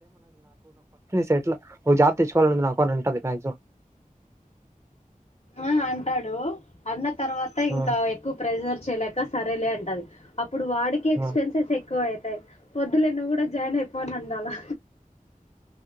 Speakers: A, on the right; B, on the left.
A: సెట్లా ఒక జాబ్ తెచ్చుకోవాలనుంది నాకు ఆనంటాది మాక్సిమం
B: ఆ అంటాడు అన్న తర్వాత ఇంకా
A: ఆ
B: ఎక్కువ ప్రెజర్ చేయలేక సరేలే అంటది ఇప్పుడు వాడికి ఎక్స్పెన్సెస్
A: ఆ
B: ఎక్కువ అ ఏ వొ వొద్దులే నువ్వు గూడా జాయిన్ అయిపో అనిండాలా